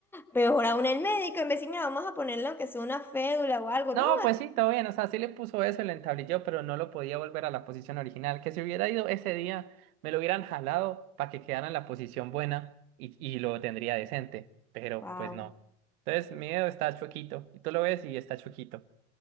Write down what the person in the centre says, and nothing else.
peor aún el médico, en vez de decir, mira, vamos a ponerle aunque sea una fédula o algo,
¿no?
Wow.